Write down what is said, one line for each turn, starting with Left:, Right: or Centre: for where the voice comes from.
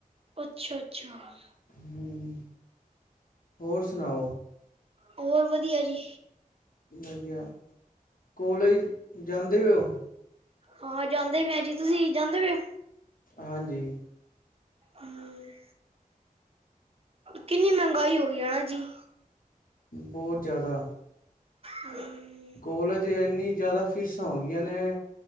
Right: ਅੱਛਾ ਅੱਛਾ
Left: ਹੂੰ, ਹੋਰ ਸੁਣਾਓ?
Right: ਹੋਰ ਵਧੀਆ ਜੀ।
Left: ਵਧੀਆ, ਕੋਲੇਜ ਜਾਂਦੇ ਓ?
Right: ਹਾਂ, ਜਾਂਦੇ ਪਏ ਆ ਜੀ। ਤੁਸੀਂ ਜਾਂਦੇ ਪਏ ਓ?
Left: ਹਾਂਜੀ।
Right: ਹੂੰ, ਕਿੰਨੀ ਮਹਿੰਗਾਈ ਹੋ ਗਈ ਆ ਹਨਾ ਜੀ?
Left: ਬਹੁਤ ਜ਼ਿਆਦਾ।
Right: ਹੂੰ।
Left: ਕੋਲੇਜ ਇੰਨੀ ਜ਼ਿਆਦਾ ਫੀਸਾਂ ਹੋ ਗਈਆਂ ਨੇ,